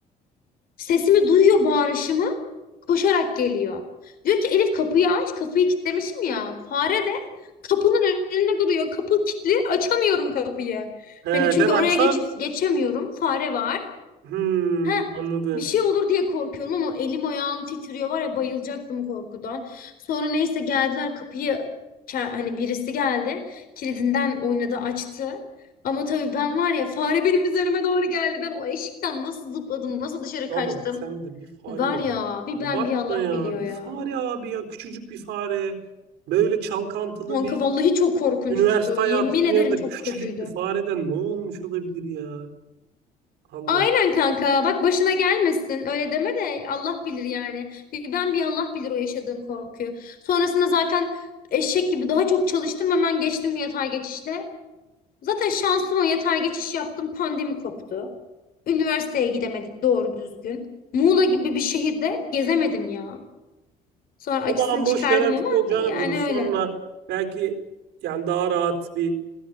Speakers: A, on the left; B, on the right.
A: Sesimi duyuyor bağırışımı. Koşarak geliyor. Diyor ki Elif kapıyı aç. Kapıyı kilitlemişim ya. Fare de kapının önünde duruyor. Kapı kilitli. Açamıyorum kapıyı.
B: He,
A: Hani çünkü
B: sen
A: oraya
B: açsan.
A: geç geçemiyorum. Fare var.
B: Hmm,
A: Heh.
B: anladım.
A: Bir şey olur diye korkuyorum ama elim ayağım titriyor var ya bayılacaktım korkudan. Sonra neyse geldiler kapıyı ke- hani birisi geldi. Kilidinden oynadı açtı. Ama tabii ben var ya fare benim üzerime doğru geldi. Ben o eşikten nasıl zıpladım, nasıl dışarı
B: Aman
A: kaçtım.
B: sen de bir fare
A: Var
B: ya.
A: ya bir
B: Abartma
A: ben bir Allah
B: ya.
A: biliyor
B: Bir
A: ya.
B: fare abi ya. Küçücük bir fare. Böyle çalkantılı
A: Kanka
B: bir
A: vallahi çok korkunçtu.
B: üniversite hayatının
A: Yemin ederim
B: yanında
A: çok
B: küçücük
A: kötüydü.
B: bir fareden ne olmuş olabilir ya? Allah.
A: Aynen kanka bak başına gelmesin öyle deme de Allah bilir yani. Bir ben bir Allah bilir o yaşadığım korkuyu. Sonrasında zaten eşek gibi daha çok çalıştım hemen geçtim yatay geçişle. Zaten şanslı o yatay geçiş yaptım pandemi koptu. Üniversiteye gidemedik doğru düzgün. Muğla gibi bir şehirde gezemedim ya. Sonra acısını
B: Aman
A: çıkardım
B: boş ver her şey
A: ama
B: olacağını
A: yani
B: vurur. Sonra
A: öyle.
B: belki yani daha rahat bir